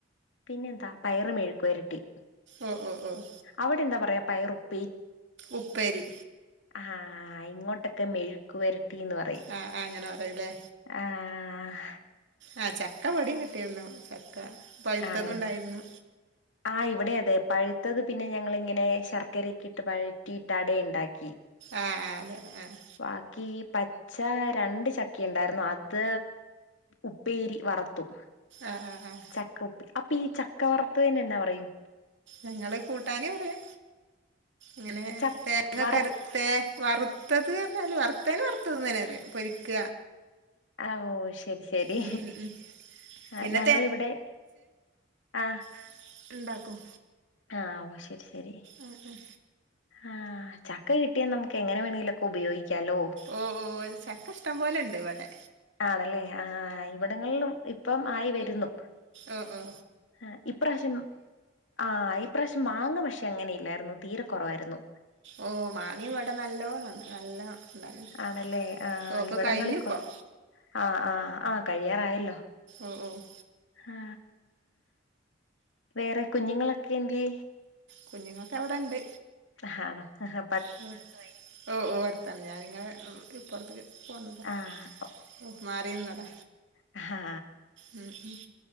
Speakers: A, on the left; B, on the right.
A: പിന്നെന്താ പയറ് മെഴുക്കു വരട്ടി
B: ഉം ഉം
A: അവിടെ എന്താ പറയാ പയറുപ്
B: ഉപ്പേരി
A: ആഹ് ഇങ്ങോട്ടൊക്കെ മെഴുക്ക്‌ വരട്ടിന്ന് പറയും
B: ആഹ് ആഹ് അങ്ങനെ പറയില്ലേ
A: ആഹ്
B: ആഹ് ചക്ക ഇവിടെയും കിട്ടിരുന്നു ചക്ക പഴുത്തതുണ്ടായിരുന്നു
A: ആണല്ലേ ആഹ് ഇവിടെയും അതെ പഴുത്തത് പിന്നെ ഞങ്ങൽ ഇങ്ങനെ ശർക്കരക്കെ ഇട്ട് വഴറ്റിയിട്ട് അട ഇണ്ടാക്കി
B: ആഹ് അതെ അതെ ആഹ്
A: ബാക്കി പ പച്ച രണ്ട് ചക്ക ഇണ്ടായിരുന്നു അത് ഉപ്പേരി വറത്തു
B: ആഹ് ആഹ് ആഹ്
A: ചക്കൊപ്പി അപ്പീ ചക്ക വാർത്തേൻ എന്നാ പറയും
B: ഞങ്ങൾ കൂട്ടാൻറ്യും ങ്ങനെ
A: ച
B: തേങ്ങക്കര്
A: വറ
B: തെ വറുത്തത് ർഞ്ഞാല് വറുത്തേനെ വാർത്തത് ന്നന്നെ പറിയ പൊരിക്ക
A: ആ ഓ ശരി ശരി
B: ഉം ഉം ഉം
A: ആ
B: പിന്നെ
A: ഞങ്ങളിവടെ ആഹ്
B: അ ണ്ടാക്കും
A: ആഹ് ഓ ശരി ശരി
B: അഹ് അഹ്
A: ആഹ് ചക്ക കിട്ടിയാ നമുക്ക് എങ്ങനെ വേണെലോ ഉപയോഗിക്കല്ലോ
B: ഓ ഓ ത് ചക്ക ഇഷ്ടം പോലെണ്ട് ഇവടെ
A: ആണല്ലേ ആ ഇവിടങ്ങളിലും ഇപ്പം ആയി വരുന്നു
B: ഒ ഒ
A: ആഹ് ഇപ്രാവശ്യം ആ ഇപ്രാവശ്യം മാങ്ങ പക്ഷ്യ അങ്ങനെയില്ലായിരുന്നു തീരെ കുറവായിരുന്നു.
B: ഓ മാങ്ങിവടെ നല്ലോം ന്ന നല്ലോം ഇണ്ടായിൻ
A: ആണല്ലേ
B: ആണല്ലോ
A: ആഹ്
B: ഓക്കെ
A: ഇവിടങ്ങളിൽ
B: കഴിഞ്ഞുപ്പം
A: കൊ ആഹ് ആഹ് ആഹ് കഴിയാറായല്ലോ
B: ഓ ഓ
A: ഹാ വേറെ കുഞ്ഞുങ്ങളക്കെന്തെ
B: കുഞ്ഞുങ്ങൾക്കവ്ടണ്ട്
A: ആ ഹാ ണോ അഹ്
B: അമ്മടതോയി ഓ ഓ അടുത്താണ് ഞാൻ നിങ്ങഹ് ഇപ്പോർത്ക്ക് പോന്നത
A: ആഹ്
B: ഓ മാറീന്നത
A: അ ഹാ
B: ഉം ഉം